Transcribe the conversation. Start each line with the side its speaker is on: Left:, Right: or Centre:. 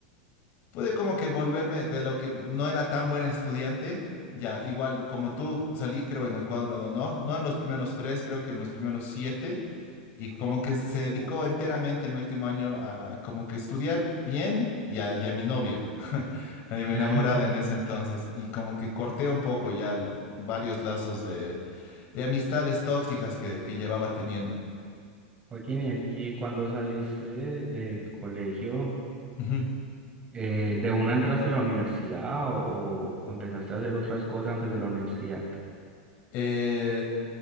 Left: pude como que volverme de lo que no era tan buen estudiante, ya igual como tú, salí creo en el cuadro de honor, no en los primeros tres, creo que en los primeros siete, y como que se dedicó
Right: Oh.
Left: enteramente mi último año a como que estudiar bien y a, y a mi novia eh, mi
Right: <laughs>
Left: enamorada en ese entonces y como que corté un poco ya la- varios lazos de, de amistades tóxicas que, que llevaba teniendo.
Right: Joaquín, y, en- y cuando saliste del colegio,
Left: Ujú.
Right: eh, ¿de una entraste a la universidad o, o empezaste a hacer otras cosas antes de la universidad?
Left: Eh,